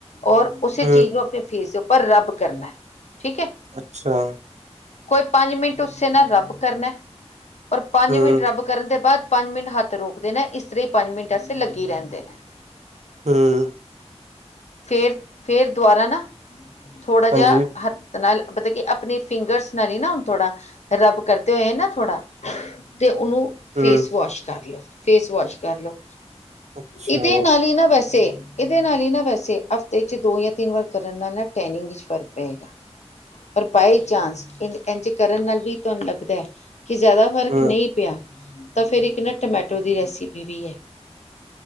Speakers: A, on the left; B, on the right.
A: ਔਰ ਉਸੇ
B: ਹੂੰ
A: ਚੀਜ਼ ਨੂੰ ਆਪਣੇ ਫੇਸ ਦੇ ਉੱਪਰ। ਪਰ ਰਬ ਕਰਨੈ, ਠੀਕ ਏ।
B: ਅੱਛਾ।
A: ਕੋਈ ਪੰਜ ਮਿੰਟ ਉਸੇ ਨਾ ਰੱਬ ਕਰਨੈ ਔਰ ਪੰਜ
B: ਹੂੰ
A: ਮਿੰਟ ਰੱਬ ਕਰਨ ਦੇ ਬਾਅਦ। ਪੰਜ ਮਿੰਟ ਹੱਥ ਰੋਕ ਦੇਨਾਂ ਇਸ ਤਰਾਂ ਹੀ ਪੰਜ ਮਿੰਟ ਆਸਤੇ ਲੱਗੀ ਰਹਿਨ ਦੇਨਾ।
B: ਹਮ।
A: ਫੇਰ, ਫੇਰ ਦੁਬਾਰਾ ਨਾ ਥੋੜਾ ਜਿਹਾ
B: ਹਾਂਜੀ,
A: ਹਥ। ਨਾਲ ਪਤਾ ਹੈ, ਕਿ ਆਪਣੀ ਫਿੰਗਰਸ ਨਾਲ ਹੀ ਨਾ ਹੁਣ ਥੋੜਾ ਰੱਬ ਕਰਦੇ ਹੋਏ ਨਾ ਥੋੜ੍ਹਾ। ਤੇ ਉਹਨੂੰ
B: ਹੂੰ,
A: ਫੇਸ ਵਾਸ਼ ਕਰ ਲਓ, ਫੇਸ ਵਾਸ਼ ਕਰ ਲਓ।
B: ਅੱਛਾ,
A: ਇਹਦੇ ਨਾਲ ਹੀ ਨਾ ਵੈਸੇ। ਇਹਦੇ ਨਾਲ ਹੀ ਨਾ ਵੈਸੇ ਹਫ਼ਤੇ ਚ ਦੋ ਜਾਂ ਤਿੰਨ ਵਾਰ ਕਰਨ ਨਾਲ ਨਾ ਟੈਨਿੰਗ ਵਿੱਚ ਫ਼ਰਕ ਪਏਗਾ। ਪਰ ਬਾਏ ਚਾਂਸ ਇਦੇ ਇੰਝ ਕਰਨ ਨਾਲ ਵੀ ਤੁਹਾਨੂੰ ਲੱਗਦਾ। ਕਿ ਜ਼ਿਆਦਾ ਫ਼ਰਕ
B: ਹੂੰ,
A: ਨਹੀਂ ਪਿਆ ਤਾਂ ਫਿਰ ਇੱਕ ਨਾ ਟਮੈਟੋ ਦੀ ਰੈਸਿਪੀ ਵੀ ਹੈ।